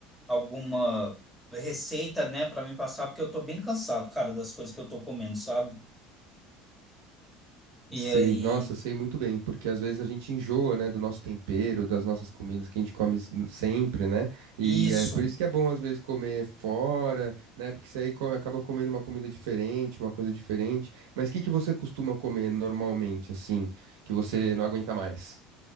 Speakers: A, in the centre; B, on the right.
A: alguma receita, né, para me passar, porque eu tô bem cansado, cara, das coisas que eu tô comendo, sabe? E
B: Sei,
A: aí,
B: nossa, sei muito bem, porque às vezes a gente enjoa, né, do nosso tempero, das nossas comidas que a gente come s- sempre, né? E
A: isso,
B: é por isso que é bom às vezes comer fora, né? Porque você aí come, acaba comendo uma comida diferente, uma coisa diferente. Mas o que que você costuma comer normalmente, assim, que você não aguenta mais?